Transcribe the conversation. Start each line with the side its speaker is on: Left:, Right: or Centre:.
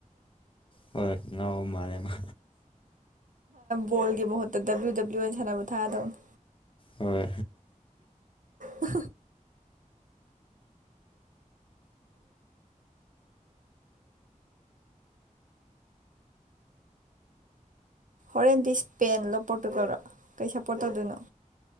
Left: ꯍꯣꯏ ꯅꯎ ꯃꯥꯔꯦ ꯃꯥ
Right: ꯕꯣꯒꯤ ꯃꯍꯨꯠꯇ ꯗꯕ꯭ꯂꯤꯎ ꯗꯕ꯭ꯂꯤꯎ ꯑꯣꯏꯅ ꯁꯥꯟꯅꯕ ꯊꯥꯗꯧꯅꯤ
Left: ꯍꯣꯏ
Right: ꯑ ꯍꯣꯔꯦꯟꯗꯤ ꯁꯄꯦꯟ ꯂꯄꯣꯔꯠꯇꯨ ꯇꯧꯔ ꯀꯩ ꯁꯞꯄꯣꯔꯠ ꯇꯧꯗꯣꯏꯅꯣ